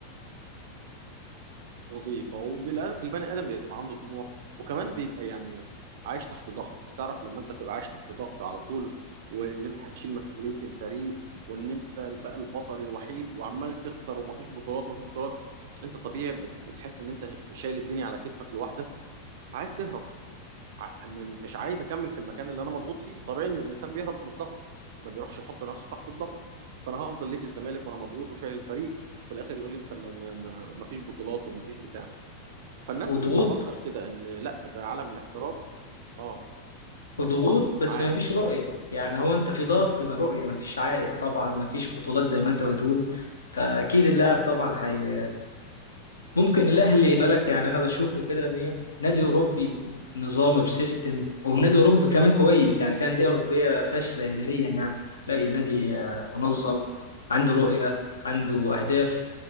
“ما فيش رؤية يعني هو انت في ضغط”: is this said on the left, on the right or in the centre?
Left